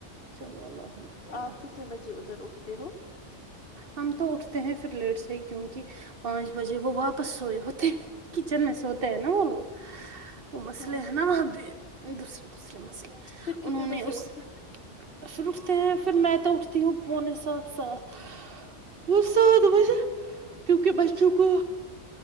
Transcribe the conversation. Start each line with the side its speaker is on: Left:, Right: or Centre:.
Right: چلو اللہ خیر۔
Left: آپ کتنے بجے ادھر اٹھتے ہو
Right: ہم تو اٹھتے ہیں پھر لیٹ سے ہی کیونکہ پانچ بجے وہ واپس سوئے ہوتے کچن میں سوتے ہیں نا وہ لوگ وہ مسئلے
Left: ہاں
Right: ہیں نا وہاں بھی دوسرے دوسرے مسئلے
Left: پھر
Right: انہوں
Left: کتنے
Right: نے
Left: بجے
Right: اس
Left: اٹھتے
Right: پھر اٹھتے ہیں پھر میں تو اٹھتی ہوں پونے سات سات وہ سات بجے کیونکہ بچوں
Left: اچھا
Right: کو